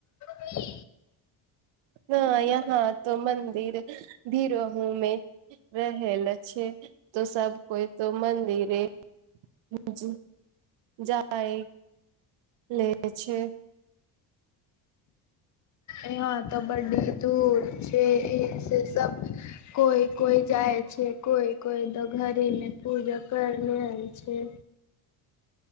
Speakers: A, on the left (about 40°); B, on the right (about 75°).
A: मुम्मी
B: हँ यहाँ तो मन्दिर भीरोहुमे रहैल छै तो सब कोइ तो मन्दिर <unintelligible> जाइ ले <unintelligible> छै
A: यहाँ त बड्डी दूर छै से सब कोइ कोइ जाइ छै कोइ कोइ दऽ घरहे मे पूजा कर लेइ छै